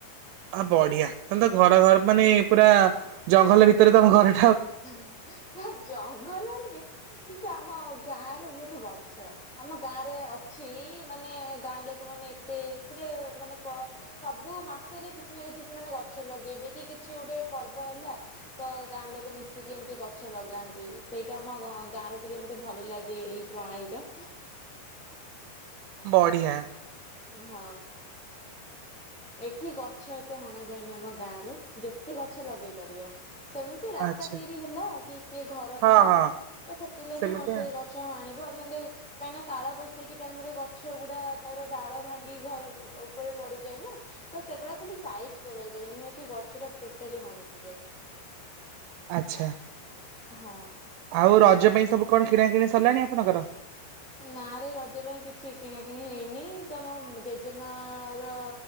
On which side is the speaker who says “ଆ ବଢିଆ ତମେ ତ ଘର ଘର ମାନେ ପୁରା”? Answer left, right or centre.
Right